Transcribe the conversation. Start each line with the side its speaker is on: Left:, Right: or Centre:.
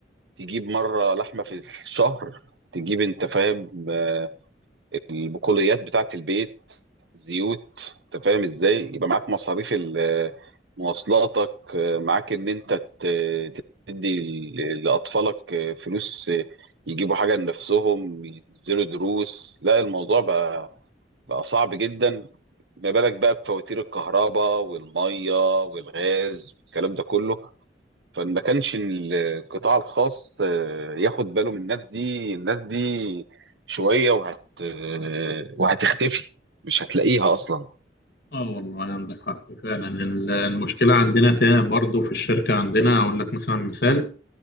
Right: تجيب مرة لحمة في الشهر تجيب انت فاهم آه، البقوليات بتاعة البيت زيوت انت فاهم ازاي يبقى معاك مصاريف ال- مواصلاتك آه، معاك ان انت ت- تدي ل- لاطفالك آه، فلوس آه، يجيبوا حاجة لنفسهم ينزلوا دروس لا الموضوع بقى بقى صعب جدا ما بالك بقى بفواتير الكهرباء والميه والغاز والكلام ده كله فما كانش القطاع الخاص آه، ياخد باله من الناس دي الناس دي شوية وهت آه، وهتختفي مش هتلاقيها أصلا
Left: اه والله عندك حق فعلا ال- المشكله عندنا تاني برضو في الشركه عندنا اقول لك مثلا مثال